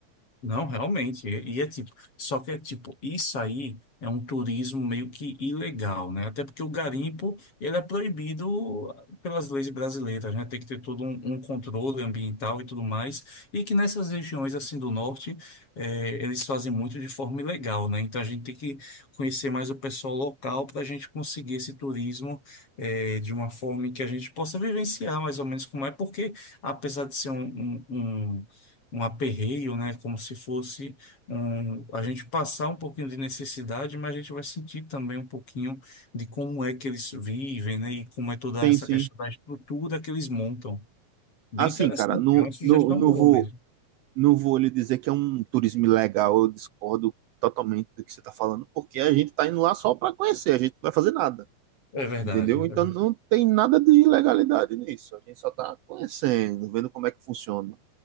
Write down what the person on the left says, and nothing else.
Não, realmente. E e é tipo, só que é tipo, isso aí é um turismo meio que ilegal, né? Até porque o garimpo, ele é proibido pelas leis brasileiras, né? Tem que ter todo um, um controle ambiental e tudo mais. E que nessas regiões, assim, do norte, eh, eles fazem muito de forma ilegal, né? Então a gente tem que conhecer mais o pessoal local para a gente conseguir esse turismo, eh, de uma forma em que a gente possa vivenciar mais ou menos como é, porque apesar de ser um, um, um um aperreio, né? Como se fosse um, a gente passar um pouquinho de necessidade, mas a gente vai sentir também um pouquinho de como é que eles vivem, né? E como é toda
essa
questão da estrutura que eles montam. Bem
interessante,
é uma sugestão
boa
mesmo.
É verdade.
é verdade.